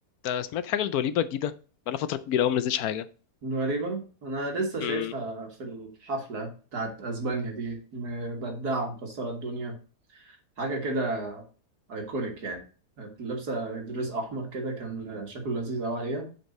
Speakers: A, on the left; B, on the right.
A: ده سمعت حاجة لدوليبة جديدة بقالها فترة كبيرة أوي منزلتش حاجة
B: غريبة أنا لسه شايفها
A: امم
B: في الحفلة بتاعت أسبانيا دي مبدعة ومكسرة الدنيا حاجة كده أيكونيك يعني كانت لابسة دريس أحمر كده كان شكله لذيذ أوي عليها